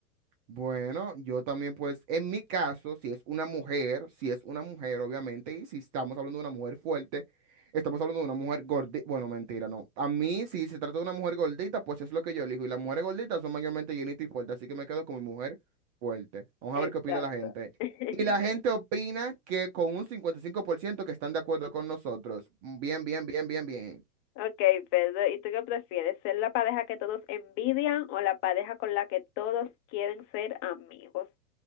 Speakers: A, on the right; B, on the left.
A: Bueno, yo también pues en mi caso, si es una mujer, si es una mujer obviamente, y si estamos hablando de una mujer fuerte, estamos hablando de una mujer gordita, bueno, mentira, no. A mí, si se trata de una mujer gordita, pues es lo que yo elijo, y las mujeres gorditas son mayormente llenitas y fuertes, así que me quedo con mi mujer fuerte. Vamos
B: Exacto.
A: a ver qué opina la gente.
B: <laughs>
A: Y la gente opina que con un 55% que están de acuerdo con nosotros. Bien, bien, bien, bien, bien.
B: Ok, Pedro, ¿y tú qué prefieres? ¿Ser la pareja que todos envidian o la pareja con la que todos quieren ser amigos?